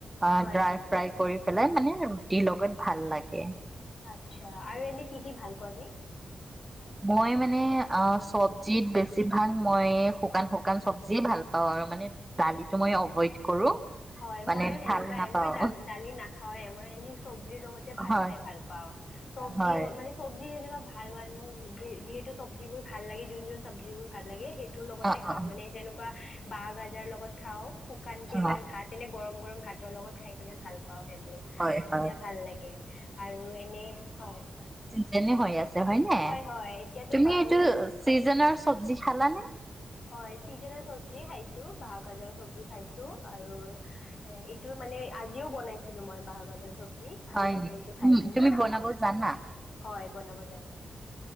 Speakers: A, on the right; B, on the left.
A: অঁ
B: হয়
A: ড্ৰাই
B: হয়
A: ফ্ৰাই কৰি পেলাই মানে ৰুটিৰ লগত ভাল লাগে।
B: আচ্ছা, আৰু এনে কি কি ভাল পায় আপুনি?
A: মই মানে অ চব্জিত বেছিভাগ মই শুকান শুকান চব্জি ভাল পাওঁ আৰু মানে দালিটো মই এভইড কৰো।
B: হয়
A: মানে
B: ময়োঁ সেনেকুৱাই
A: ভাল নাপাও
B: মই দালি না নাখাওঁয়ে মই ইনেই চব্জিৰ লগতে ভাত
A: হয়
B: খাই ভাল পাওঁ, চব্জি
A: হয়
B: মানে চবজি যেনেকুৱা ভাল ভাল মোৰ যিহেতু চব্জিবোৰ ভাল লাগে যোন যোন চব্জিবোৰ ভাল লাগে সেইটোৰ লগতে
A: অ
B: খাওঁ
A: অ
B: মানে যেনেকুৱা বাঁহ গাজাৰ লগত খাওঁ শুকানকে
A: অ
B: মানে গৰম গৰম ভাতৰ লগত খাই কিনে ভাল পাওঁ সেইবোৰ,
A: হয়
B: তেতিয়া
A: হয়
B: ভাল লাগে আৰু এনে হয়
A: ছিজনে হৈ আছে। হয় নাই!?
B: হয় এতিয়াতো
A: তুমি
B: বাঁহৰ
A: এইটো
B: গাজ
A: চিজনৰ চব্জি খালা নে?
B: হয় ছিজনৰ চব্জি খাইছো বাহৰ গাজৰ চব্জি খাইছো আৰু এ এইটো মানে আজিও বনাইছিলো মই বাহৰ গাজৰ চব্জি ভাল
A: হয়
B: লাগে
A: নেকি
B: এইটো খাই কিনা
A: তুমি বনাব
B: আহ
A: জানা?
B: হয় বনাব জানো